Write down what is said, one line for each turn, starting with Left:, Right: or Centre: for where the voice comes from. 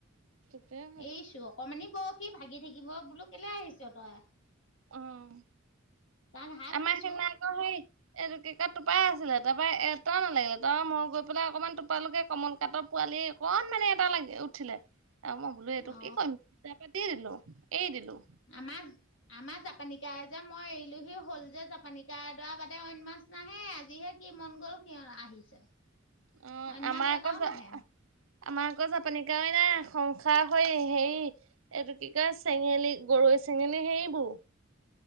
Right: তেতিয়াহে।
Left: এই চোৱক- অকমানি বৰশী ভাগি থাকিব বোলো কেলে আহিছ তই।
Right: উম,
Left: তাক হাক
Right: আমাৰ
Left: দিছো
Right: সিমান ক সেই এইটোক কি কিয় টোপাই আছিলে তা পা এটাও নালাগিলে তাৰ পৰা মই গৈ পেলাই অকমান টোপালোগে কমল কাটপ- পোৱালি অকণ মানে এটা লাগে উঠিলে। বোলো এইটো
Left: অ
Right: কি কৰিম পিতা পাতি দিলো এৰি দিলো।
Left: আমাজ আমাজ জাপানিকাজ- যে মই এৰিলোহি হ'ল যে জাপানিক কা এডৰা বাদে অইন মাছ নাহে, আজিহে কি মন গ'ল সিহঁত আহিছে।
Right: অ
Left: অইন
Right: আমাৰ
Left: মাছ
Right: আকৌ
Left: এটাও নাহে।
Right: আমাৰ আকৌ জাপানীৰ কাৱৈ নাই সংসাৰ হৈ সেই এইটো কি কয় চেঙেলী গৰৈ চেঙেলী সেইবোৰ।